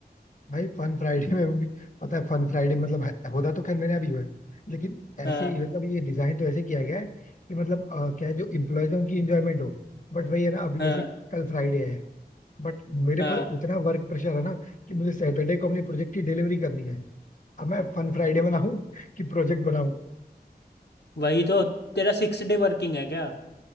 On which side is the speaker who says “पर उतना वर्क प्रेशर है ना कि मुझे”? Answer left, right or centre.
Left